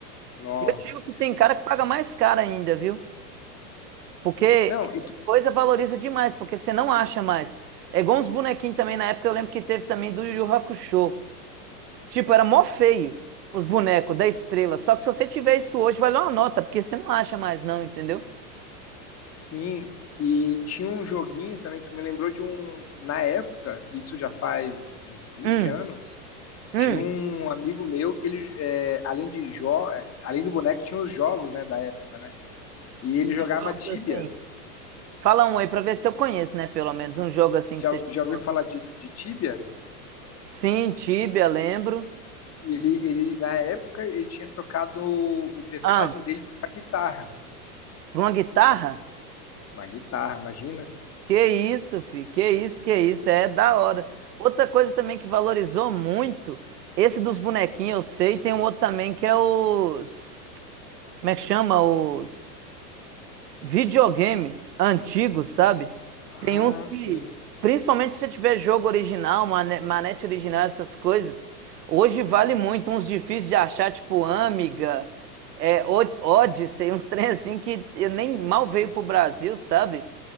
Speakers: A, on the left (about 30°); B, on the right (about 75°).
A: Nossa.
B: E Eu digo que tem cara que paga mais caro ainda, viu? Porque
A: Não, e tu,
B: essas coisas valoriza demais, porque você não acha mais. É igual uns bonequinhos também, na época eu lembro que teve também do Yu Yu Hakusho. Tipo, era mó feio os bonecos da estrela. Só que se você tiver isso hoje, vai dar uma nota, porque você não acha mais, não, entendeu?
A: sim, e tinha um joguinho também, tu me lembrou de um. Na época, isso já faz uns vinte
B: Hum,
A: anos,
B: hum.
A: Tinha um amigo meu que ele, é, além de jo é, além do boneco, tinha os jogos, né, da época, né? E ele jogava
B: Que jogos
A: Tibia.
B: assim. Fala um aí pra ver se eu conheço, né? Pelo menos um jogo assim
A: Já,
B: que você chegou.
A: já ouviu falar de, de Tibia?
B: Sim, Tibia, lembro.
A: Ele, ele, na época, ele tinha trocado o, o personagem
B: Ah,
A: dele por uma guitarra.
B: pra uma guitarra?
A: Uma guitarra, imagina?
B: Que isso, fi. Que isso, que isso. É da hora. Outra coisa também que valorizou muito, esse dos bonequinhos eu sei, tem um outro também que é os. Como é que chama? Os. videogame antigo, sabe?
A: Ah,
B: Tem uns que,
A: sim.
B: principalmente se você tiver jogo original, mane- manete original, essas coisas, hoje vale muito, uns difíceis de achar, tipo Amiga, é, O- Odyssey, uns trem assim que eu nem mal veio pro Brasil, sabe?